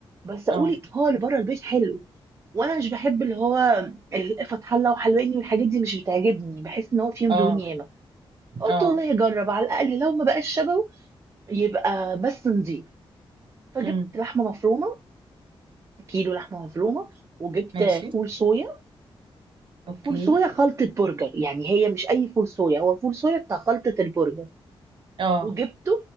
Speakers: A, on the right; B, on the right.
A: بس اقول
B: اه
A: هو اللي بره البيت حلو وانا مش بحب اللي هو الفتح الله وحلواني والحاجات دي مش بتعجبني بحس ان هو فيه دهون
B: اه
A: ياما فقلت
B: اه
A: والله اجرب على الاقل لو ما بقاش شبهه يبقى بس نضيف فجبت
B: امم
A: لحمه مفرومه كيلو لحمه مفرومه وجبت
B: ماشي
A: فول صويا
B: اوكي
A: فول صويا خلطه برجر يعني هي مش اي فول صويا هو فول صويا بتاع خلطه البرجر
B: اه
A: وجبته